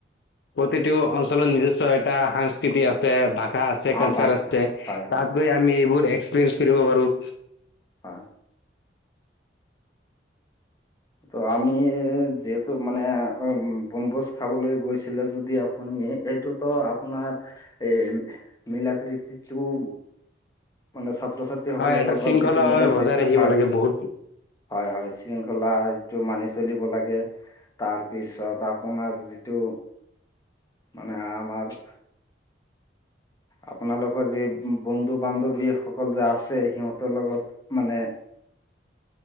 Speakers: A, on the left; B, on the left.
A: প্ৰতিটো অঞ্চলত নিৰ্জস্ব এটা সংস্কৃতি আছে ভ আছে
B: আমাৰ
A: কালচাৰ
B: বাৰ্তা
A: আছে
B: হয় হয়
A: তাত গৈ আমি এইবোৰ এক্সপেঞ্চ কৰিব পাৰো।
B: হয়। ত, আমি যিহেতু মানে বনভোজ খাবলৈ গৈছিলে যদি আপুনি এইটোতো আপোনাৰ এ মিলা প্ৰীতিটো মানে ছাত্ৰ ছাত্ৰীসকলৰ
A: হয়, এটা
B: লগত
A: শৃংখলা
B: যিটো মিলা
A: ভাৱে
B: প্ৰীতিৰ
A: বজাই ৰাখিব
B: ভাৱ
A: লাগে বহুত।
B: হয় হয় শৃংখলা এইটো মানি চলিব লাগে। তাৰপিছত আপোনাৰ যিটো মানে আমাৰ আপোনালোকৰ যি বন্ধু বান্ধৱী সকল যে আছে সিহঁতৰ লগত মানে <inaudible>